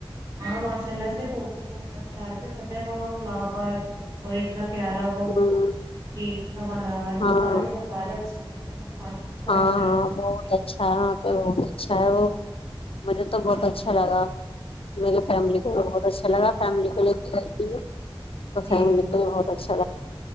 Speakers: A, on the right; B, on the left.
A: ہاں ماشاء اللہ سے فوٹو بہت اچھا رہے پت ہے وہاں فلاور اور انا پیارا وہ
B: ہ
A: گت کا بنا ہوا ہے
B: ہاں
A: تو سارے نظارے اچھے <inaudible>
B: ہاں
A: بڑا پیارا
B: ہاں
A: سا لگ
B: بہت
A: رہا وہ
B: اچھا ہے وہاں پہ بہت اچھا ہے وہ مجھے تو
A: ہوں
B: بہت اچھا لگا میری فیملی
A: ہاں
B: کو تو بہت اچھا لا فیملی کو لے کے آتی تو
A: جی
B: فملی
A: جی
B: کو بہتچ <inaudible>